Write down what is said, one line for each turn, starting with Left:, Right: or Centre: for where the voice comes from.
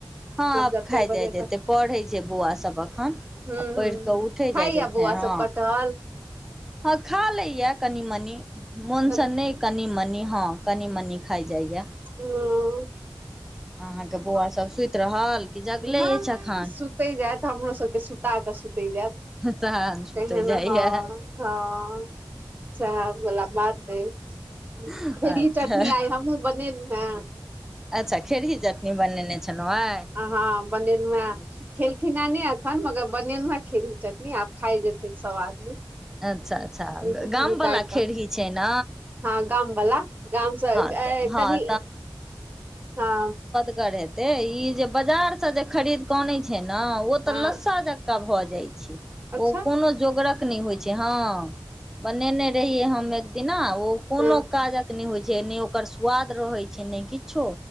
Centre: हँ आब
Right: जते
Centre: खा जाइ
Right: बजे
Centre: जेते
Right: तक
Centre: पढ़ै छै बौआ सब अखन
Right: हूं
Centre: आ पढ़ि
Right: हूं
Centre: कऽ
Right: हूं
Centre: उठै
Right: खाइया
Centre: जाय जेतै
Right: बौआ
Centre: हँ
Right: सब कटहल
Centre: हँ खा लैया कनि मनी मोनस
Right: कनी
Centre: नहि कनि मनि हँ कनि मनी खाइ जाइया
Right: हू
Centre: अहाँके बौआ सभ सुति रहल कि जगले
Right: नहि
Centre: अछि अखन
Right: सुतै जायत हमरो सबके सुता कऽ सुतै जायत
Centre: तहन सुते
Right: तेहन
Centre: जाइया
Right: हँ हँ सेह वला बात अए ह
Centre: अच्छा
Right: खेरी चटनी आइ हमहु बनेलहुँ हे
Centre: अच्छा खेरही चटनी बनेने छलहुँ आइ
Right: हँ बनेलुहें खेलखिन हं नै एखन मगर बनेलौं हे खेरही चटनी आब खाय जेथिन सब आदमी <unintelligible>
Centre: अच्छा अच्छा गाम वाला
Right: कऽ
Centre: खेरही छै ने
Right: हँ गाम वला गामसँ
Centre: हँ तऽ
Right: ए
Centre: हँ
Right: कनि हँ
Centre: हेते ई जे बाजार से जे खरीद केऽ अनै छै ने ओ
Right: हँ
Centre: तऽ लस्सा जका त भऽ जाइ छै ओ
Right: अच्छा
Centre: कोनो जोगरक नहि होइ छै हँ बनेने रहियै हम एक दिना ओ कोनो
Right: हँ
Centre: काजक नै होइ छै जे नहि ओकर स्वाद रहै छै नहि किछो